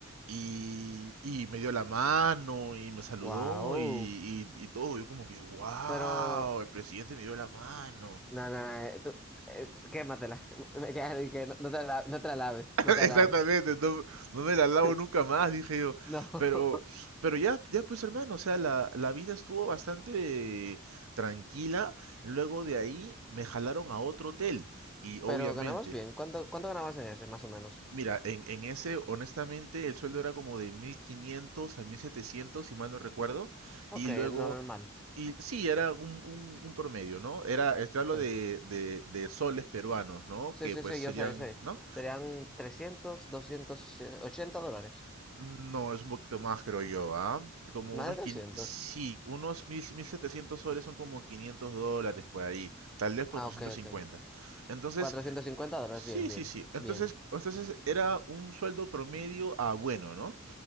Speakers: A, on the right; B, in the centre.
A: y, y me dio la mano y me saludó
B: Wow.
A: y, y- y todo. Yo como que, wow,
B: Pero.
A: el presidente me dio la mano.
B: No, no, eh, tú, eh, quématela. <laughs> Me queda que no, no te la, no te la laves,
A: <laughs>
B: no te
A: Exactamente,
B: la laves.
A: no, no me la lavo
B: <laughs>
A: nunca más, dije yo.
B: No. <laughs>
A: Pero, pero ya, ya pues hermano, o sea, la, la vida estuvo bastante tranquila. Luego de ahí me jalaron a otro hotel. Y obviamente,
B: Pero ganabas bien. ¿Cuánto, cuánto ganabas en ese, más o menos?
A: mira, en, en ese, honestamente, el sueldo era como de 1500 a 1700 si mal no recuerdo.
B: Ok,
A: Y luego,
B: no normal.
A: y sí, era un, un, un promedio, ¿no? Era, te hablo
B: Sí,
A: de, de, de soles peruanos, ¿no?
B: sí,
A: Que
B: sí,
A: pues
B: sí,
A: serían,
B: yo sé, sé.
A: ¿no?
B: Serían trescientos, doscientos eh, ochenta dólares.
A: No, es un poquito más, creo yo, ¿ah? Como unos,
B: Más de 300.
A: quin- sí, unos mil, 1700 soles son como 500 dólares por ahí, tal vez cuatrocientos
B: Ah, ok,
A: cincuenta.
B: ok.
A: Entonces,
B: cuatrocientos cincuenta dólares,
A: sí,
B: bien, bien,
A: sí, sí. Entonces,
B: bien.
A: entonces era un sueldo promedio a bueno, ¿no?